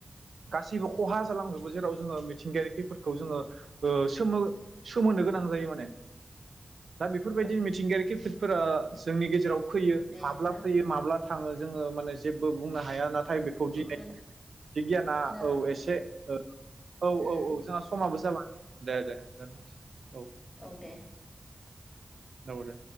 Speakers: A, on the right; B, on the left.
A: गासैबो खहा जालांजोबो जेराव जोङो मिथिंगायारि खैफोरखौ जोङो ओ सोमो-सोमोन्दो गोनां जायो माने दा बेफोरबायदि मिथिंगायारि खैफोदफोरा जोंनि गेजेराव फैयो
B: दे
A: माब्ला
B: बिदिबा
A: फैयो माब्ला थाङो जोङो माने जेबो बुंनो हाया ना थाय बेखौ दिनै
B: दोन
A: बिगियाना
B: खोनादों
A: औ एसे औ औ
B: उम
A: औ जोंहा समाबो जाबाय दे दे दोनथनो सै
B: औ दे
A: औ दे